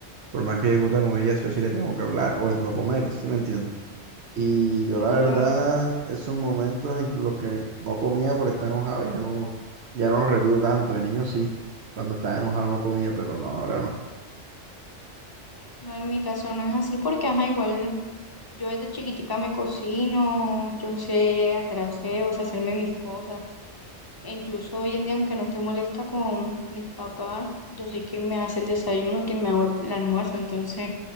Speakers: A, on the right; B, on the left.
A: por más que discuta con ella, sí o sí le tengo que hablar, o es no comer, ¿sí me entiendes? Y
B: No,
A: yo la verdad,
B: en-
A: esos momentos en que los que no comía por estar enojado, ya no, ya no los repito tanto, de niño sí, cuando estaba enojado no comía, pero no, ahora no.
B: no en mi caso no es así porque, ajá, igual. Yo desde chiquitica me cocino, yo sé hacer aseos, hacerme mis cosas. E incluso hoy en día, aunque no esté molesta con mis papás, yo sí que me hace el desayuno, que me hago el, el almuerzo. Entonces,